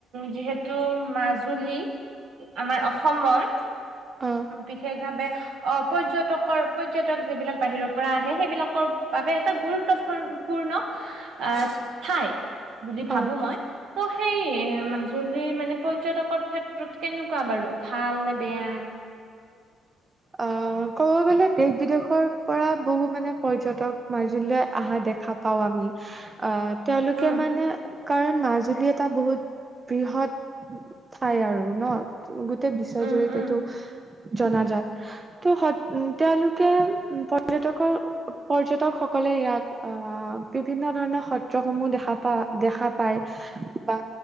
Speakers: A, on the right; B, on the right.
A: যিহেতু। টো মাজুলী। আমাৰ অসমৰ।
B: অ
A: বিশেষভাৱে আহ পৰ্যটকৰ পৰ্যটক যিবিলাক বাহিৰৰ পৰা আহে সেইবিলাকৰ বাবে এটা গুৰুত্বূৰ্পূৰ্ণ আহ ঠাই। বুলি ভাবো
B: অ
A: মই। ত' সেই মাজুলীৰ মানে পৰ্যটকৰ ক্ষেত্ৰত কেনেকুৱা বাৰু ভাল নে বেয়া।
B: অঁ, ক'ব গলে দেশ বিদেশৰ পৰা বহু মানে পৰ্যটক মাজুলীলৈ অহা দেখা পাও আমি। আহ তেওঁলোকে
A: উম
B: মানে। কাৰণ মাজুলী এটা বহুত বৃহৎ ঠাই আৰু ন। বিশ্ব
A: উম
B: জৰিতেটো।
A: উম
B: জনাজাত ত। উম তেওঁলোকে। পৰ্যটকৰ পৰ্যটকসকলে ইয়াত আহ বিভিন্ন ধৰণৰ সত্ৰসমূহ দেখা পা দেখা পায়। বা